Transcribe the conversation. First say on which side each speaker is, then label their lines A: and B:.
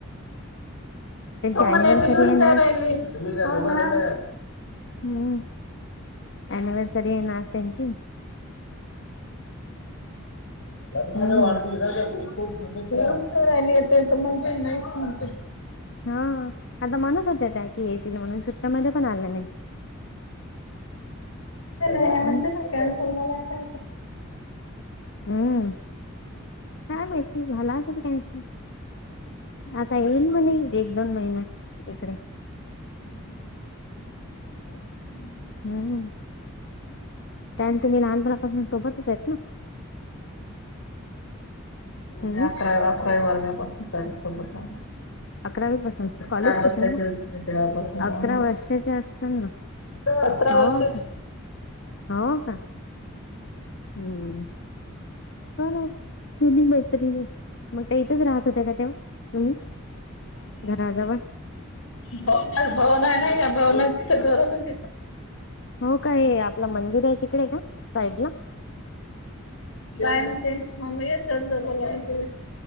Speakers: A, on the left; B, on the left.
A: त्यांची
B: तुम्हाला
A: अनिव्हर्सरी
B: हे ना युज
A: आहे
B: नाही राहिली.
A: आज
B: म्हणून
A: हम्म अनिव्हर्सरी आहे ना आस त्यांची.
B: लग्नाच्या
A: हम्म
B: वाढदिवसाच्या खूप खूप युच नाही राहिली. तर तो म्हणतो ना नाईच म्हणतोय.
A: हा आता म्हणत होत्या त्या की, येतील म्हणून सुट्टमध्ये पण आलं नाही.
B: त्यांना
A: हम्म
B: म्हणते ना कायमस्वरूपीच्या
A: हम्म काय माहिती झाला असेल कॅनसल आ ता येईल म्हणे एक दोन महिन इकडे.
B: <inaudible>
A: हम्म. त्यानंतर मी लहानपणापासून सोबतच आहेत ना? हम्म
B: आता आपल्या वर्धा पासून. त्याच्या सोबत हाव,
A: अकरावी पासून कॉलेज
B: चार वर्षाची
A: पासून का
B: होती मी, तेव्हा पासून
A: अकरा
B: म,
A: वर्षाच्या असताना
B: सतरा
A: हो
B: वर्षची
A: का हो का? हम्म चला, केली मैत्री. मग त्या इथेच राहत होत्या का तेव्हा तुम्ही? घराजवळ
B: भवना भवना आहे ना या भवना तिचं घर होत दिस
A: हो काय? आपलं मंदिर आहे तिकडे का साईड ला?
B: काय म्हणते? <unintelligible> अमरावती